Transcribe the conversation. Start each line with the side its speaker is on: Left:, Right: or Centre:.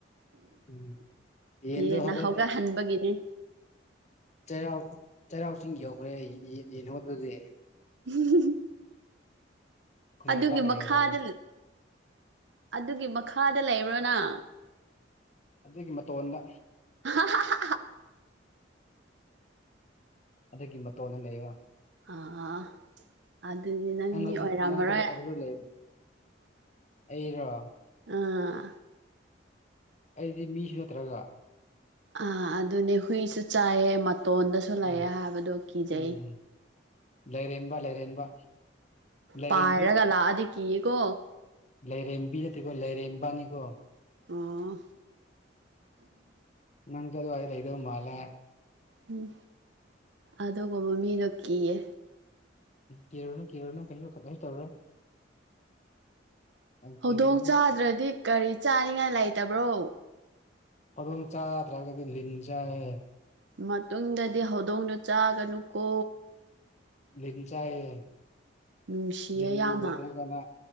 Left: ꯎꯝ ꯌꯦꯟꯗꯣ
Right: ꯌꯦꯟꯅ
Left: ꯍꯧꯒꯠ
Right: ꯍꯧꯒꯠꯍꯟꯕꯒꯤꯅꯦ
Left: ꯆꯩꯔꯥꯎ ꯆꯩꯔꯥꯎ ꯆꯤꯡ ꯌꯧꯈ꯭ꯔꯦ ꯑꯩ ꯌꯦꯟ ꯌꯦꯟ ꯍꯧꯠꯄꯗꯗꯤ
Right: ꯎꯝ <inaudible>
Left: ꯈꯨꯃꯟ
Right: ꯑꯗꯨꯒꯤ
Left: ꯂꯝꯄꯥꯛꯀ
Right: ꯃꯈꯥꯗ
Left: ꯌꯧꯈ꯭ꯔꯕꯅꯤ
Right: ꯑꯗꯨꯒꯤ ꯃꯈꯥꯗ ꯂꯩꯕ꯭ꯔꯣ ꯅꯪ
Left: ꯑꯗꯨꯒꯤ ꯃꯇꯣꯟꯗ
Right: ꯍ <inaudible>
Left: ꯑꯗꯨꯒꯤ ꯃꯇꯣꯟꯗ ꯂꯩꯕ
Right: ꯑꯥ ꯑꯗꯨꯗꯤ ꯅꯪ ꯃꯤ
Left: ꯑꯗꯨ
Right: ꯑꯣꯏꯔꯝꯃꯔꯣꯏ
Left: ꯅꯪꯁꯨ ꯑꯗꯨꯗ ꯂꯩꯕ ꯑꯩꯔꯣ
Right: ꯑꯥ
Left: ꯑꯩꯗꯤ ꯃꯤꯁꯨ ꯅꯠꯇ꯭ꯔꯒ
Right: ꯑ ꯑꯗꯨꯅꯦ ꯍꯨꯏꯁꯨ ꯆꯥꯏꯌꯦ ꯃꯇꯣꯟꯗꯁꯨ ꯂꯩꯌꯦ
Left: ꯎꯝ
Right: ꯍꯥꯏꯕꯗꯣ ꯀꯤꯖꯩ
Left: ꯎꯝ ꯂꯩꯔꯦꯝꯕ ꯂꯩꯔꯦꯝꯕ ꯂꯥꯏꯔꯦꯟꯕꯤ
Right: ꯄꯥꯏꯔꯒ ꯂꯥꯛꯑꯗꯤ ꯀꯤꯌꯦꯀꯣ
Left: ꯂꯩꯥꯏꯔꯦꯝꯕꯤ ꯅꯠꯇꯔꯒꯀꯣ ꯂꯩꯔꯦꯝꯕꯅꯤꯀꯣ
Right: ꯑꯥ
Left: ꯅꯪꯁꯨ ꯑꯗꯨꯋꯥꯏꯗ ꯂꯩꯗꯧ ꯃꯥꯜꯂꯦ
Right: ꯎꯝ ꯑꯗꯨꯒꯨꯝꯕ ꯃꯤꯗꯣ ꯀꯤꯌꯦ
Left: ꯀꯤꯔꯨꯅꯣ ꯀꯤꯔꯨꯅꯣ ꯀꯩꯁꯨ ꯇꯧꯔꯣꯢ ꯌꯥꯝ
Right: ꯍꯧꯗꯣꯡ
Left: ꯀꯤꯔꯨꯔꯅꯨ
Right: ꯆꯥꯗ꯭ꯔꯗꯤ ꯀꯔꯤ ꯆꯥꯅꯤꯡꯉꯥꯏ ꯂꯩꯇꯕ꯭ꯔꯣ
Left: ꯍꯧꯗꯣꯡ ꯆꯥꯗ꯭ꯔꯒꯗꯤ ꯂꯤꯟ ꯆꯥꯏꯌꯦ
Right: ꯃꯇꯨꯡꯗꯗꯤ ꯍꯧꯗꯣꯡꯗꯣ ꯆꯥꯒꯅꯨꯀꯣ
Left: ꯂꯤꯜ ꯆꯥꯢꯌꯦ
Right: ꯅꯨꯡꯁꯤꯌꯦ
Left: ꯂꯤꯜ
Right: ꯌꯥꯝꯅ
Left: ꯂꯩꯇꯔꯒꯥꯟꯗ